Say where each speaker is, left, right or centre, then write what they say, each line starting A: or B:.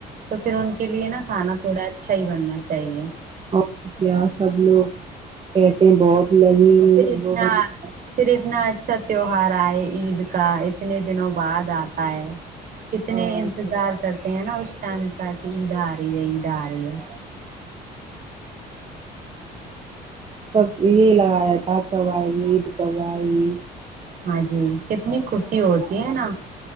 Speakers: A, on the right; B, on the right.
A: تو پھر ان کے کے لیے نا کانا تھوڑا اچھا ہی بننا چاہیے
B: اور کیا سب لوگ کہتے ہیں بہت لذیذ
A: اور پھر اتنا
B: وہ بنا ہے
A: پھر اتنا اچھا تیوار آئے عید کا اتنے دنوں بعد آتا ہے کتنے
B: اور
A: انتظار
B: کیا
A: کرتے ہیں نا اس ٹائم کا عید آ رہی ہے عید آ رہی ہے
B: سب یہی لگا رہتا اب کب آئے گی عید کب آئے گی
A: ہاں جی کتنی خوشی ہوتی ہے نا